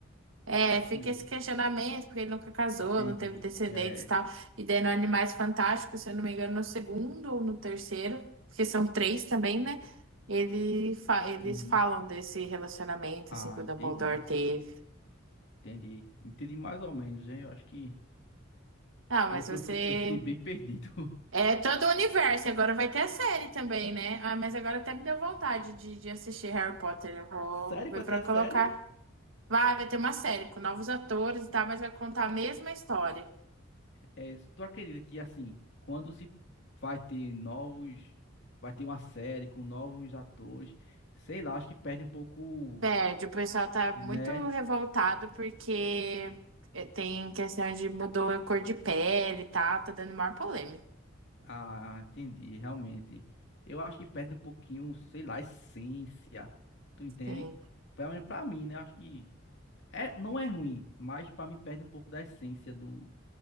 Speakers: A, on the right (about 70°); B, on the left (about 60°).
A: É,
B: É isso
A: fica
B: mesmo.
A: esse questionamento, porque ele nunca casou,
B: Entendi.
A: não teve descendentes
B: É,
A: e tal. E daí no Animais Fantásticos, se eu não me engano, no segundo ou no terceiro, porque são três também, né? Ele fa- eles
B: uhum.
A: falam desse relacionamento,
B: Ah,
A: assim, que o
B: entendi.
A: Dumbledore teve.
B: Entendi. Entendi mais ou menos, hein? Eu acho que
A: Ah,
B: porque
A: mas
B: eu,
A: você.
B: eu fiquei, eu fiquei bem perdido. <laughs>
A: É todo o universo, e agora vai ter a série também, né? Ah, mas agora até me deu vontade de, de assistir Harry Potter. Eu vou
B: Sério,
A: ver
B: pra
A: pra
B: ter a
A: colocar.
B: série?
A: Vai, vai ter uma série com novos atores e tal, mas vai contar a mesma história.
B: É, tu acredita que assim, quando se vai ter novos, vai ter uma série com novos atores, sei lá, acho que perde um pouco,
A: Pede, o pessoal tá muito
B: né?
A: revoltado porque é, tem questão de mudou a cor de pele e tal, tá dando maior polêmica.
B: Ah, entendi, realmente. Eu acho que perde um pouquinho, sei lá, a essência. Tu entende?
A: Sim.
B: Pelo menos pra mim, né? Acho que é, não é ruim, mas pra mim perde um pouco da essência do,